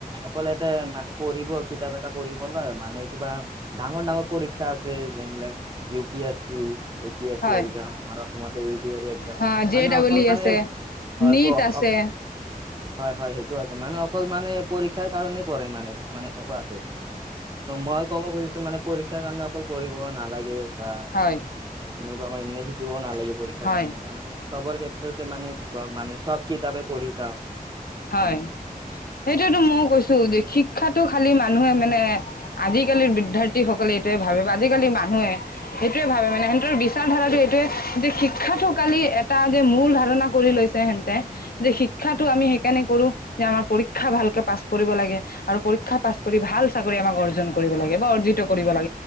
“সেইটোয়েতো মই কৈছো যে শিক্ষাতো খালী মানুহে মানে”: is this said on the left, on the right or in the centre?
Left